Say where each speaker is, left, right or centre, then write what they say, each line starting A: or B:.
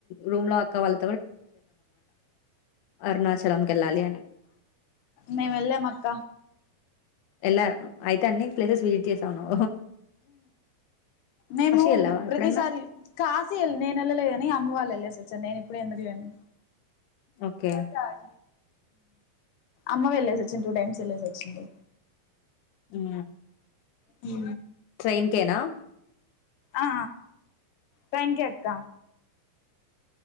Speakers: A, on the left; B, on the left.
A: రూమ్ లో అక్క వాళ్ళ అరుణాచలంకి వెళ్ళాలి అని
B: నేవ వెళ్ల్ మ అక్క
A: ఎలా అయితే అండి ప్లేసెస్ విజిట్ చేసావును
B: మేము
A: వెళ్ళావా
B: ప్రతిసారి
A: ఎప్పుడన్నా
B: కాశీ వెళ్ళి నేను వెళ్ళలేని అమ్మ వాళ్ళ వెళ్ళి సచన్ నేను ఇప్పుడు ఎ మదియాను
A: ఓకే
B: ఇప్పుడ రాజ అమ్మ వెళ్ళేసి వచ్చింది టూ టైమ్స్ వెళ్ళేసి వచ్చిడి
A: చి
B: హ
A: ట్రైన్కనా
B: ఆ పెంక అక్క